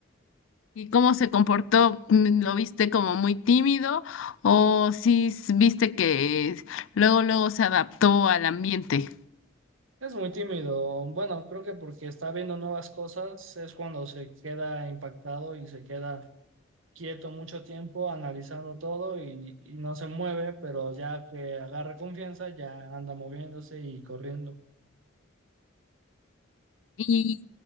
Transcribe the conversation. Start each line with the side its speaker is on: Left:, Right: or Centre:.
Left: ¿Y cómo se comportó? Mm, ¿Lo viste como muy tímido o sí s- viste que luego luego se adaptó al ambiente?
Right: Es muy tímido, bueno, creo que porque está viendo nuevas cosas es cuando se queda impactado y se queda quieto mucho tiempo analizando todo y, y no se mueve, pero ya que agarra confianza ya anda moviéndose y corriendo.
Left: ¿Y,